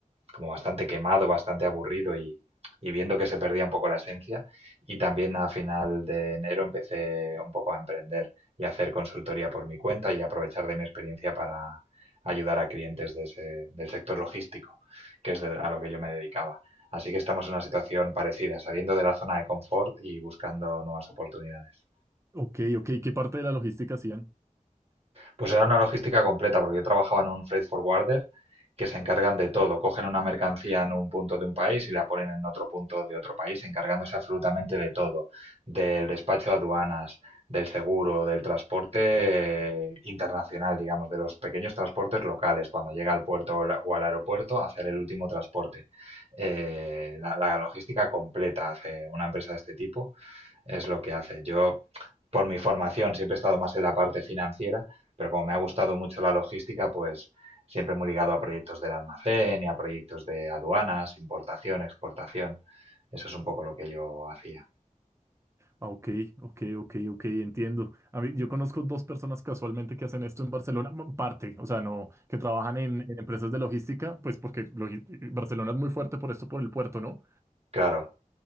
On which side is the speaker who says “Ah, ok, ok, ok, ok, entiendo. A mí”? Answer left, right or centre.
Right